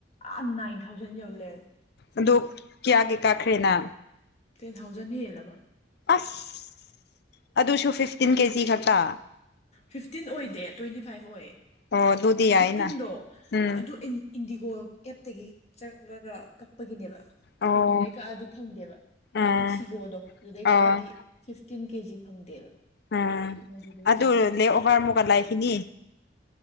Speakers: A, on the left; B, on the left.
A: ꯑ ꯏꯟ ꯊꯥꯎꯖꯟ ꯌꯦꯎꯂꯦ
B: ꯑꯗꯨꯗꯨ ꯀꯌꯥ ꯀꯌꯥ ꯀꯥꯈ꯭ꯔꯦꯅ
A: ꯇꯦꯟ ꯊꯥꯎꯖꯟ ꯍ ꯌꯦꯂꯒ
B: ꯑꯁ ꯑꯗꯨꯁꯨ ꯐꯤꯐꯇꯤꯟ ꯀꯦꯖꯤ ꯈꯛꯇ
A: ꯐꯤꯐꯇꯤꯟ ꯑꯣꯏꯗꯦ ꯇ꯭ꯋꯦꯟꯇꯤ ꯐꯥꯏꯚ ꯑꯣꯏꯌꯦ
B: ꯑꯣ ꯑꯗꯨꯗꯤ ꯌꯥꯏꯅ
A: ꯐꯤꯐꯇꯤꯟꯗꯣ
B: ꯎꯝ
A: ꯑꯗꯨ ꯏꯟꯗꯤꯒꯣ ꯑꯦꯞꯇꯒꯤ ꯆꯪꯉꯒ ꯀꯛꯄꯒꯤꯅꯦꯕ
B: ꯑꯣ
A: ꯀꯩꯅꯣꯗꯩ ꯀꯛꯑꯗꯤ ꯐꯪꯗꯦꯕ ꯑꯃ
B: ꯎꯝ
A: ꯏꯛꯁꯤꯒꯣꯗꯣ ꯑꯗꯨꯗꯩ
B: ꯑꯣ
A: ꯀꯛꯑꯗꯤ ꯇꯤꯟ ꯀꯦꯖꯤ ꯐꯪꯗꯦꯕ
B: ꯎꯝ
A: ꯑꯗꯨꯗꯩ
B: ꯑꯗꯨ
A: ꯆꯪꯉꯤ
B: ꯂ ꯑꯣꯍꯔ ꯃꯨꯒ ꯂꯥꯏ ꯐꯅꯤ